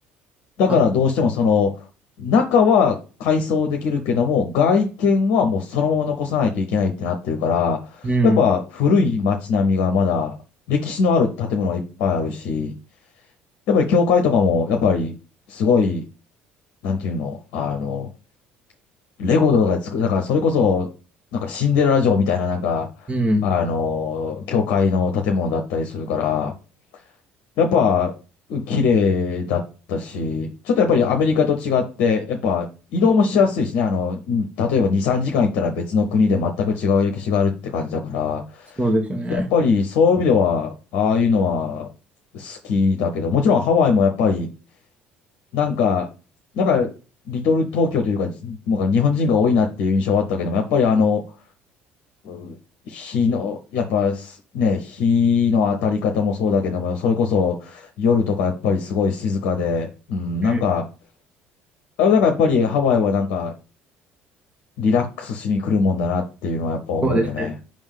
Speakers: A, on the left; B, on the right.
A: だからどうしてもその、
B: あ、
A: 中は改装できるけども、外見はもうそのまま残さないといけないってなってるから、
B: うん、
A: やっぱ古い街並みがまだ、歴史のある建物がいっぱいあるし、やっぱり教会とかも、やっぱりすごい、なんていうの、あの、レゴとかで作る、だからそれこそ、なんかシンデレラ城みたいな、なんか、
B: うん、
A: あの、教会の建物だったりするから、やっぱ、綺麗だったし、ちょっとやっぱりアメリカと違って、やっぱ移動もしやすいしね、あの、うん例えば2、3時間行ったら別の国で全く違う歴史があるって感じだから、
B: そうですよね。
A: やっぱりそういう意味では、ああいうのは好きだけど、もちろんハワイもやっぱり、なんか、なんか、リトル東京というか、もうか日本人が多いなっていう印象はあったけども、やっぱりあの、うん日の、やっぱすね、日の当たり方もそうだけども、それこそ夜とかやっぱりすごい静かで、うん、
B: うん
A: なんか、あ、だからやっぱりハワイはなんかリラックスしに来るもんだなっていうのはやっぱ思うよね。
B: そうですね。